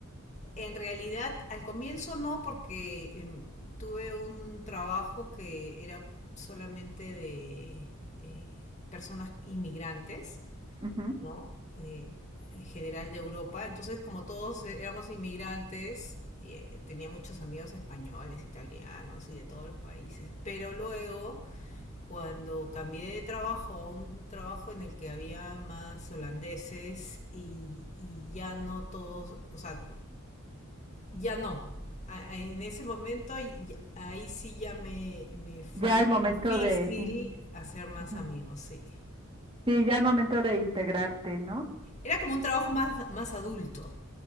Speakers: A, on the left; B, on the right.
A: En realidad, al comienzo no, porque em, tuve un trabajo que era solamente de eh, personas inmigrantes
B: Ujú.
A: ¿no? Eh, en general de Europa. Entonces, como todos eh, éramos inmigrantes, eh, tenía muchos amigos españoles, italianos y de todos los países. Pero luego, cuando cambié de trabajo a un trabajo en el que había más holandeses y, y ya no todos, o sea, ya no. A- a- En ese momento, y- ahí sí ya me, me fue
B: Ya al momento
A: difícil
B: de, in-
A: hacer más
B: ujú.
A: amigos, sí.
B: Sí, ya al momento de integrarte, ¿no?
A: Era como un trabajo más, más adulto,